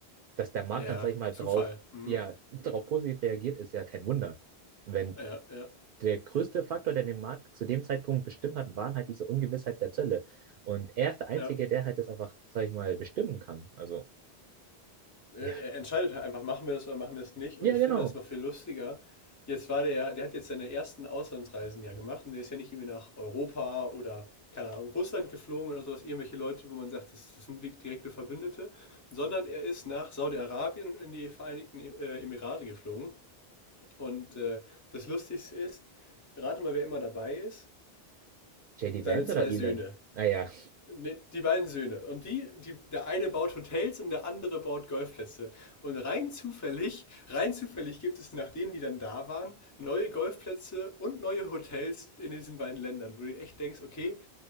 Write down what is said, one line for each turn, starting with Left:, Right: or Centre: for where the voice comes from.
Right: Dass der Markt
Left: Ja,
Right: dann, sag ich mal,
Left: Zufall.
Right: drauf,
Left: Mhm.
Right: ja, <laughs> drauf positiv reagiert, ist ja kein Wunder. Wenn
Left: Ja, ja,
Right: der größte Faktor, der den Markt zu dem Zeitpunkt bestimmt hat, waren halt diese Ungewissheit der Zölle. Und er ist der Einzige,
Left: ja.
Right: der halt das einfach, sag ich mal, bestimmen kann. Also,
Left: Er
Right: ja.
Left: er entscheidet halt einfach, machen wir das oder machen wir es nicht.
Right: Ja,
Left: Und ich
Right: genau.
Left: finde das noch viel lustiger. Jetzt war der ja, der hat jetzt seine ersten Auslandsreisen ja gemacht und der ist ja nicht irgendwie nach Europa oder, keine Ahnung, Russland geflogen oder sowas, irgendwelche Leute, wo man sagt, das, das sind wirklich direkte Verbündete, sondern er ist nach Saudi-Arabien und in die Vereinigten E-, äh, Emirate geflogen. Und äh, das Lustigste ist, rate mal, wer immer dabei ist,
Right: JD
Left: seine
Right: Vance
Left: zwei
Right: oder Elon?
Left: Söhne.
Right: Naja, ja.
Left: Ne, die beiden Söhne. Und die, die, der eine baut Hotels und der andere baut Golfplätze. Und rein zufällig, rein zufällig gibt es, nachdem die dann da waren, neue Golfplätze und neue Hotels in diesen beiden Ländern, wo du echt denkst, okay,